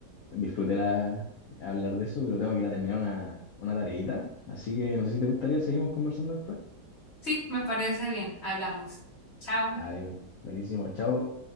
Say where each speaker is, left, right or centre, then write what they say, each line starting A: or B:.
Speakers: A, on the left; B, on the left.
A: disfruté la hablar de eso pero tengo que ir a terminar una una tareita así que no sé si te gustaría seguimos conversando después
B: sí, me parece bien. Hablamos. Chao.
A: Vale, buenísimo chao